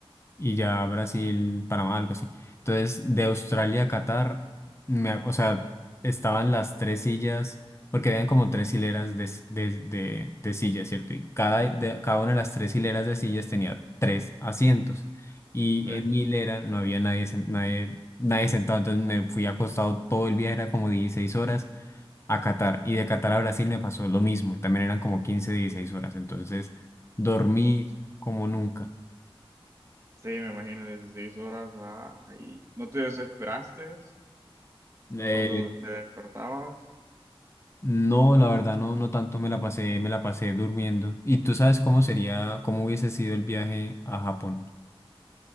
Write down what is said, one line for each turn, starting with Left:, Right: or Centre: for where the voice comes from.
Left: y ya Brasil, Panamá, algo así. Entonces, de Australia a Qatar, me ac- o sea, estaban las tres sillas, porque habían como tres hileras de, s- de- de- de sillas, ¿cierto? Y cada, de- cada una de las tres hileras de sillas tenía tres asientos. Y
Right: Sí,
Left: en mi hilera no había nadie, sen- nadie, nadie sentado, entonces me fui acostado todo el viaje, era como 16 horas a Qatar. Y de Qatar a Brasil me pasó lo mismo, también eran como 15 16 horas, entonces dormí como nunca.
Right: Sí, me imagino 16 horas ah, ahí. ¿No te desesperaste
Left: Eh,
Right: cuando te despertabas?
Left: No, la verdad no, no tanto me la pasé, me la pasé durmiendo. ¿Y tú sabes cómo sería, cómo hubiese sido el viaje a Japón?